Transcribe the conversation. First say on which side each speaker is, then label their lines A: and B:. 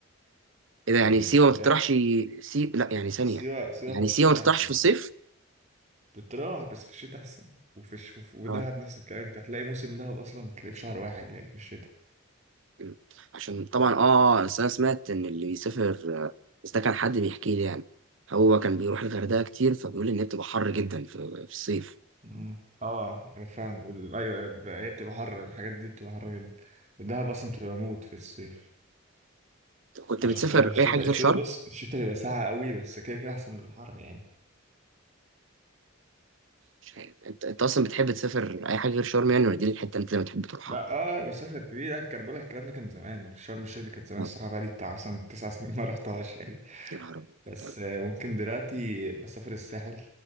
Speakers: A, on the right (about 65°); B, on the right (about 35°).
A: ايه ده يعني
B: يعني
A: سيوه
B: لا
A: ما تطرحش سي... لا يعني ثانيه
B: سيوة سيوة
A: يعني
B: في الشتاء
A: سيوه ما تطرحش
B: أحسن
A: في الصيف
B: بتروح بس في الشتاء أحسن وفي الش... وف- ودهب
A: اه
B: نفس الكلام أنت هتلاقي موسم دهب أصلا تلاقيه في شهر واحد يعني في الشتاء
A: م. عشان طبعا اه بس انا سمعت ان اللي بيسافر آه، بس ده كان حد بيحكي لي يعني هو كان بيروح الغردقه كتير فبيقول ان هي بتبقى حر جدا في, في الصيف
B: مم. اه فاهم وال... أيوه أيوة، ب- هي بتبقى حر الحاجات دي بتبقى حر جدا الدهب أصلا بتبقى موت في الصيف
A: كنت
B: فعشان
A: بتسافر
B: كده الشتاء
A: اي حاجه غير
B: الشتاء
A: شرم
B: بص الشتاء بيبقى ساقع قوي بس كده كده أحسن من الحر يعني
A: مش عارف انت انت اصلا بتحب تسافر اي حاجه غير شرم يعني ولا دي الحته اللي انت دايما بتحب تروحها
B: لا اه مسافة قد ايه لا الكربلة الكلام ده كان زمان شرم الشيخ دي كانت زمان
A: اه
B: الصراحة بقالي بتاع مثلا تسع سنين ما رحتهاش يعني
A: يا نهار ابيض
B: بس
A: طب
B: آه، ممكن دلوقتي بسافر الساحل